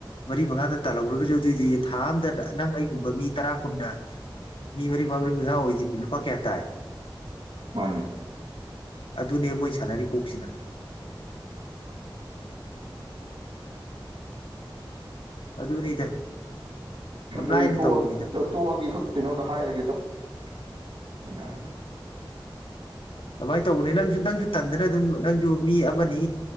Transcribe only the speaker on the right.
ꯃꯥꯟꯅꯦ
<inaudible>
ꯑꯩ
ꯇꯣꯛꯑꯒꯦ
ꯇꯣꯛꯑꯒ ꯀꯩꯅꯣꯗ ꯍꯥꯏꯔꯒꯦ ꯑꯗꯨꯝ